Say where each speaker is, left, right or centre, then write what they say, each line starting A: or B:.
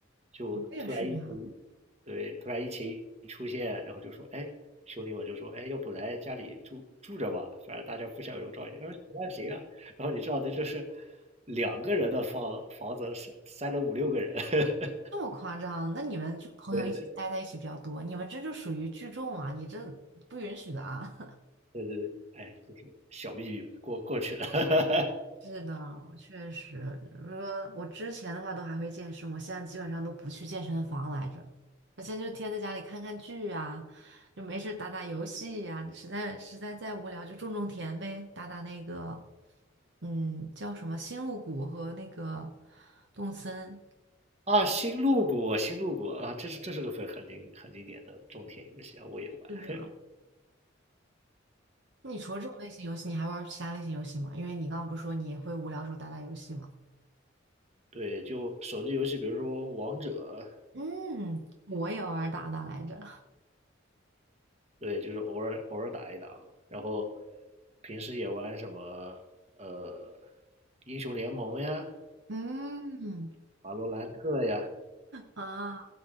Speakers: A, on the right; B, on the right.
A: 就突然疫情，
B: 我也是呀，
A: 对，突然疫情一出现，然后就说，哎，兄弟们就说，哎，要不来家里住住着吧，反正大家互相有笼罩也。我说行啊行啊，然后你知道的就是两个人的房房子塞塞了五六个人，<laughs>
B: 这么夸张？那你们就朋友一起待在一起比较多，
A: 对对
B: 你们这就属于聚众啊，你这不允许的啊。
A: 对对对，哎，就是小秘密过过去了。<laughs>
B: 是的，我确实，如果我之前的话都还会健身，我现在基本上都不去健身房来着。我现在就天天在家里看看剧啊，就没事打打游戏呀、实在实在再无聊就种种田呗，打打那个嗯叫什么星露谷和那个动森。
A: 啊，新路谷，新路谷啊，这是这是个很很经很经典的种田游戏啊，我也玩。
B: 是的，那你除了这种类型游戏，你还玩其他类型游戏吗？因为你刚刚不是说你也会无聊的时候打打游戏吗？
A: 对，就手机游戏，比如说王者，
B: 嗯，我也偶尔打打来着。
A: 对，就是偶尔偶尔打一打嘛。然后平时也玩什么呃英雄联盟呀、
B: 嗯
A: 瓦罗兰特呀，
B: 啊，